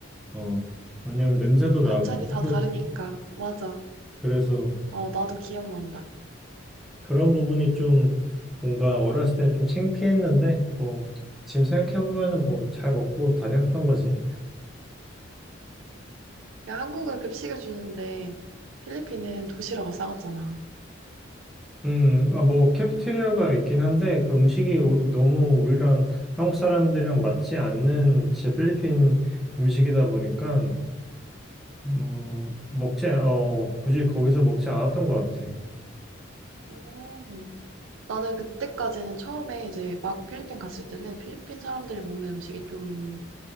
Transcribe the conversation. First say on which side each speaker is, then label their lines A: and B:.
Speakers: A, in the centre; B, on the right.
A: 어, 왜냐면 냄새도 나고,
B: 반찬이 다
A: 하도
B: 다르니까. 맞아.
A: 그래서
B: 어, 나도 기억난다.
A: 그런 부분이 좀 뭔가 어렸을 때는 좀 창피했는데, 뭐, 지금 생각해보면은 뭐 잘 먹고 다녔던 거지.
B: 야, 한국은 급식을 주는데 필리핀은 도시락을 싸갔잖아.
A: 음, 아, 뭐, 캐피테리아가 있긴 한데, 그 음식이 오- 너무 우리랑 한국 사람들이랑 맞지 않는 진짜 필리핀 음식이다 보니까, 음, 먹지, 않- 어, 굳이 거기서 먹지 않았던 것 같아.
B: 음. 나는 그때까지는 처음에 이제 막 필리핀 갔을 때는 필리핀 사람들이 먹는 음식이 좀